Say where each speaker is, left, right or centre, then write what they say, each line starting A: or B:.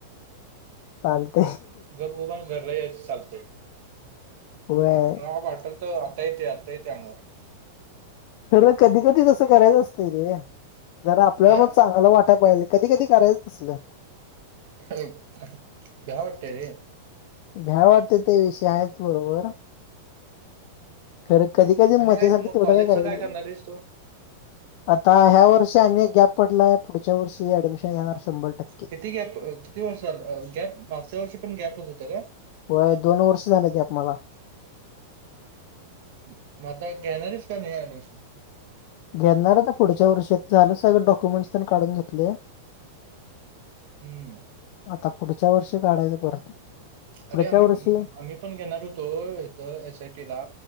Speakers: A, on the left; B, on the right.
A: चालत.
B: गपगुपान घरला याच चालतय
A: व्हय
B: म वाटत. आताय आता येते अंगवर
A: तरला कधी कधी तसं करायचं असतंय रे जर आपल्या मग.
B: अं
A: चांगाल वाटा पाहियेल कधी कधी करायचं तसलं.
B: अ ब् भ्या वा्टे रे.
A: भ्याय वाटते ते विषय आहेच बरोबर. र कधी कधी
B: आणि
A: मजेसाठी
B: काय मग
A: तेवढं
B: कॉलेजच
A: काय करायचं.
B: करणार आहेस तू
A: आता ह्या वर्षी आणि एक गॅप पडला आहे पुढच्या वर्षी ऍडमिशन घेणार शंभर टक्के.
B: किती गॅप किती वर्ष झा गॅप मागच्या वर्षी पण गॅपच होत का.
A: हो दोन वर्ष झालं गॅप मला.
B: मग आता घेणारेस का नाही ऍडमिशन.
A: घेणार आता पुढच्या वर्षात झालं सगळं डॉक्युमेंट्स प काढून घेतले.
B: हम्म.
A: आता पुढच्या वर्षी काढायच परत.
B: अरे
A: पुढच्या
B: आम्ही,
A: वर्षी
B: आम्ही पण घेणार होतो इथ एस आय टी ला,